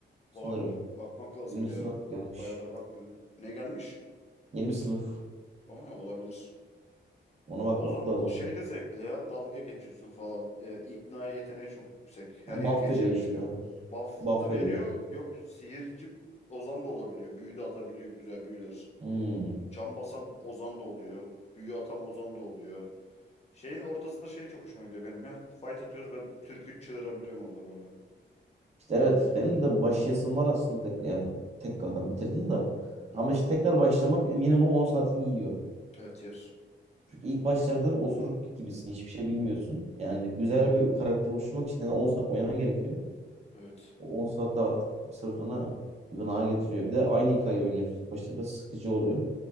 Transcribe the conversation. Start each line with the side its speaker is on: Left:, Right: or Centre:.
Right: Sanırım.
Left: Olabilir. Bakmak lazım
Right: Yeni bir
Left: bir ara.
Right: sınıf gelmiş.
Left: Bayağıdır bakmıyorum. Ne gelmiş?
Right: Yeni bir sınıf.
Left: Aa, olabilir.
Right: Ona bakmak
Left: Ozan
Right: lazım.
Left: şey de zevkli ya. Dalga geçiyorsun falan. Ee, ikna yeteneği çok yüksek. Her
Right: Yani
Left: yeri
Right: buff
Left: geçebiliyor.
Right: veriyor işte.
Left: Buff
Right: Buff
Left: da
Right: veriyor.
Left: veriyor. Yok sihirci Ozan da olabiliyor. Büyü de atabiliyor. Güzel büyüler.
Right: Hmm.
Left: Çam basan Ozan da oluyor. Büyü atan Ozan da oluyor. Şeyin ortasında şey çok hoşuma gidiyor benim ya. Fight atıyoruz ben türkü çığırabiliyorum orada böyle.
Right: İşte evet
Left: Dandıgı
Right: benim
Left: dandıgı.
Right: de başlayasım var aslında tek yani tekrardan bitirdim de.
Left: Hı
Right: Ama
Left: hı.
Right: işte tekrar başlamak minimum 10 saatini yiyor.
Left: Evet yer.
Right: İlk başlarda osuruk gibisin. Hiçbir şey bilmiyorsun. Yani güzel bir karakter oluşturmak için yani 10 saat oynaman gerekiyor.
Left: Evet.
Right: O 10 saatte artık bir süre sonra gına getiriyor. Bir de aynı hikayeyi oynuyorsun. İlk başta biraz sıkıcı oluyor.